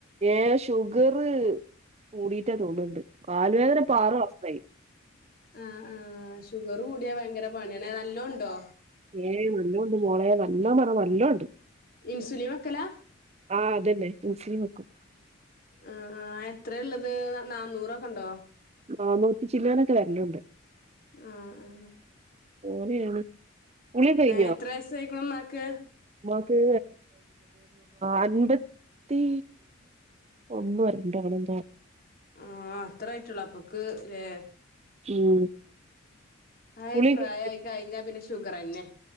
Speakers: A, on the right; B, on the left.
A: ഏ ഷുഗർ കൂടിട്ടാ തോന്നുന്നൊണ്ട് കാലുവേദന ഇപ്പോ ആറുവർഷായി
B: ആ ആ ഷുഗറുകൂടിയാ ഭയങ്കരപണിയന്നെ നല്ല ഒണ്ടോ
A: ഏ നല്ലൊണ്ടുമോളെ നല്ലോം പറഞ്ഞാ നല്ലൊണ്ട്
B: ഇൻസുലിൻ വെക്കലാ
A: ആ അതന്നെ ഇൻസുലിൻ വെക്കും
B: ആ ആ എത്രയാ ഒള്ളത് നാന്നൂറൊക്കൊണ്ടോ
A: നാന്നൂറ്റിചില്ലാനൊക്കെ വരലൊണ്ട്
B: ആ ആ
A: ഓനെയാണ് കുളിയൊക്കെ കഴിഞ്ഞോ
B: എത്ര വയസ്സായിക്കണു ഉമ്മാക്ക്
A: ഉമ്മാക്ക് അൻമ്പത്തി ഒന്നോ രണ്ടോ അങ്ങനെയെന്തോവാ
B: ആ അത്രേ ആയിട്ടൊള്ളുള്ളു അപ്പക്ക് ലേ
A: ഉം
B: ആയി
A: കുളിയൊക്കെ
B: പ്രായായികഴിഞ്ഞാപിന്നെ ഷുഗറന്നെ